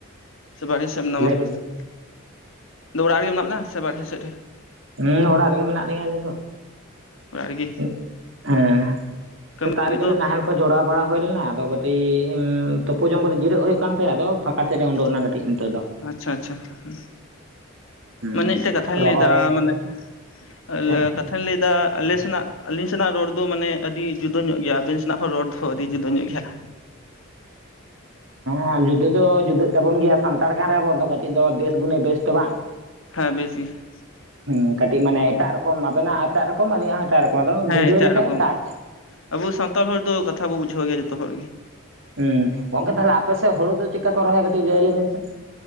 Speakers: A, on the left; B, on the right.
A: ᱥᱮ ᱵᱟᱲᱜᱮ ᱥᱮᱫ ᱨᱮ ᱢᱮᱱᱟᱢᱟ?
B: ᱞᱟᱹᱭ
A: <unintelligible>
B: ᱵᱮᱱ
A: ᱚᱲᱟᱜ ᱨᱮᱜᱮ ᱢᱮᱱᱟᱜ ᱵᱮᱱᱟ ᱥᱮ ᱵᱟᱦᱨᱮ ᱥᱮᱫ ᱨᱮ?
B: ᱦᱩᱸ ᱚᱲᱟᱜ ᱨᱮᱜᱮ ᱢᱮᱱᱟᱜ ᱞᱤᱧᱟᱹ ᱟᱹᱞᱤᱧ ᱫᱚ,
A: ᱚᱲᱟᱜ ᱨᱮᱜᱮ
B: ᱦᱮᱸ
A: ᱠᱟᱹᱢᱤ
B: ᱥᱮᱛᱟᱨᱮ
A: ᱠᱚᱫᱚ
B: ᱠᱟᱹᱴᱤᱡ ᱱᱟᱦᱮᱞ ᱠᱚ ᱡᱚᱲᱟᱣ ᱵᱟᱲᱟ ᱦᱩᱭ ᱞᱮᱱᱟ ᱟᱫᱚ ᱠᱟᱹᱴᱤᱡ ᱛᱩᱯᱩ ᱡᱚᱢ ᱠᱟᱛᱮᱫ ᱡᱤᱨᱟᱹᱜ ᱦᱩᱭᱩᱜ ᱠᱟᱱ ᱛᱟᱦᱮᱸᱫ ᱟᱫᱚ ᱯᱷᱟᱸᱠᱟ ᱥᱮᱫ
A: <unintelligible>
B: ᱨᱮ ᱩᱰᱩᱠ ᱮᱱᱟ ᱠᱟᱹᱴᱤᱡ ᱱᱤᱛᱚᱜ ᱫᱚ
A: ᱟᱪᱪᱷᱟ ᱟᱪᱪᱷᱟ ᱦᱸ
B: ᱦᱩᱸ
A: ᱢᱟᱱᱮ ᱢᱤᱫᱴᱮᱡ ᱠᱟᱛᱷᱟᱧ
B: ᱨᱚᱦᱚᱭ
A: ᱞᱟᱹᱭᱫᱟ ᱢᱟᱱᱮ ᱟᱞᱮ
B: ᱪᱮᱫ
A: ᱠᱟᱛᱷᱟᱧ ᱞᱟᱹᱭ ᱮᱫᱟ ᱟᱞᱮ ᱥᱮᱱᱟᱜ ᱟᱹᱞᱤᱧ ᱥᱮᱱᱟᱜ ᱨᱚᱲ ᱫᱚ ᱢᱟᱱᱮ ᱟᱹᱰᱤ ᱡᱩᱫᱟᱹ ᱧᱚᱜ ᱜᱮᱭᱟ ᱟᱵᱮᱱ ᱦᱚᱸ ᱨᱚᱲ ᱫᱚ ᱟᱹᱰᱤ ᱡᱩᱫᱟᱹ ᱧᱚᱜ ᱜᱮᱭᱟ᱾
B: ᱦᱮᱸ ᱡᱩᱫᱟᱹ ᱫᱚ ᱡᱩᱫᱟᱹᱜ ᱛᱟᱵᱚᱱ ᱜᱮᱭᱟ ᱥᱟᱱᱛᱟᱲ ᱠᱟᱱ ᱨᱮᱦᱚᱸ ᱵᱚᱱ ᱠᱟᱹᱴᱤᱡ ᱫᱚ ᱫᱮᱥ ᱜᱩᱱᱮ ᱵᱮᱥ ᱛᱚ ᱵᱟᱝ?
A: ᱦᱮᱸ ᱵᱮᱥ ᱜᱮ ᱾
B: ᱦᱮᱸ ᱠᱟᱹᱴᱤᱡ ᱢᱟᱱᱮ ᱮᱴᱟᱜ ᱨᱚᱠᱚᱢ ᱟᱵᱮᱱᱟᱜ ᱮᱴᱟᱜ ᱨᱚᱠᱚᱢ ᱟᱹᱞᱤᱧᱟᱜ ᱦᱚᱸ ᱮᱴᱟᱜ ᱨᱚᱠᱚᱢ ᱟᱫᱚ
A: ᱦᱮᱸ
B: ᱵᱩᱡᱷᱟᱹᱣ
A: ᱮᱴᱟᱜ
B: ᱞᱮᱱᱠᱷᱟᱡ
A: ᱨᱚᱠᱚᱢ
B: ᱜᱮ ᱠᱟᱡᱽ
A: ᱟᱵᱚ ᱥᱟᱱᱛᱟᱲ ᱦᱚᱲ ᱫᱚ ᱠᱟᱛᱷᱟ ᱵᱚ ᱵᱩᱡᱷᱟᱹᱣ ᱜᱮᱭᱟ ᱡᱚᱛᱚ ᱦᱚᱲ ᱜᱮ᱾
B: ᱦᱩᱸ ᱜᱚᱱᱠᱮ ᱛᱟᱦᱚᱞᱮ ᱟᱯᱮᱥᱮ ᱦᱳᱲᱳ ᱫᱚ ᱪᱤᱠᱟ ᱠᱚ ᱨᱚᱦᱚᱭᱟ ᱠᱟᱴᱤᱡ ᱞᱟᱹᱭ ᱟᱹᱧᱤᱵᱤᱱ ᱥᱮ